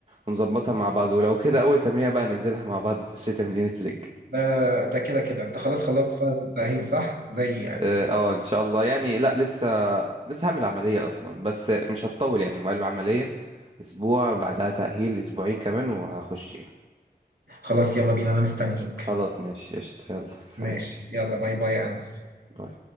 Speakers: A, on the right; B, on the right.
A: ونظبطها مع بعض ولو كده اول تمرينة بقى ننزلها مع بعض نخش تمرينة لج
B: ده ده كده كده انت خلاص خلصت فترة التأهيل صح زي يعني
A: اه آه، ان شاء الله يعني لا لسه لسه هعمل عملية اصلا بس مش هتطول يعني هم قالوا عملية اسبوع بعدها تأهيل اسبوعين كمان وهخش يعني
B: خلاص يلا بينا انا مستنيك
A: خلاص ماشي قشطة يلا سلام
B: ماشي يلا باي باي يا انس
A: باي